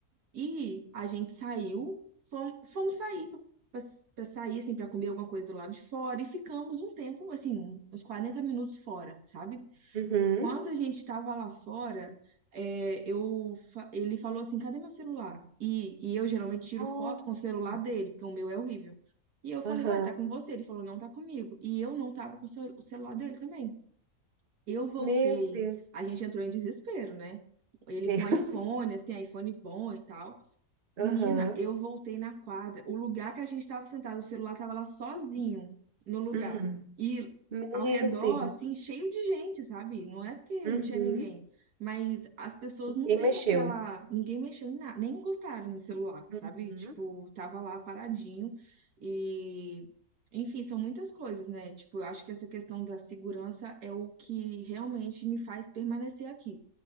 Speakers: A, on the right; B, on the right.
A: E a gente saiu, fom- fomos, sair pra pra sair, assim, pra comer alguma coisa do lado de fora e ficamos um tempo, assim, uns 40 minutos fora, sabe?
B: Uhum.
A: Quando a gente estava lá fora, é, eu, fa- ele falou assim: cadê meu celular? E, e eu geralmente tiro
B: Nossa.
A: foto com o celular dele, porque o meu é horrível. E eu falei:
B: Aham.
A: ué, tá com você? Ele falou: não tá comigo. E eu não tava com o cel- o celular dele também. Eu voltei,
B: Meu Deus.
A: a gente entrou em desespero, né? Ele
B: Meu.
A: com
B: <laughs>
A: iPhone, assim, iPhone bom e tal.
B: Aham.
A: Menina, eu voltei na quadra. O lugar que a gente estava sentado, o celular estava lá sozinho no lugar.
B: Uhum.
A: E
B: Meu
A: ao redor,
B: Deus.
A: assim, cheio de gente, sabe? Não é porque
B: Uhum.
A: não tinha ninguém, mas as pessoas não
B: Quem
A: têm
B: mexeu?
A: aquela. Ninguém mexeu em nada, nem encostaram no celular, sabe?
B: Uhum.
A: Tipo, tava lá paradinho. E, enfim, são muitas coisas, né? Tipo, eu acho que essa questão da segurança é o que realmente me faz permanecer aqui.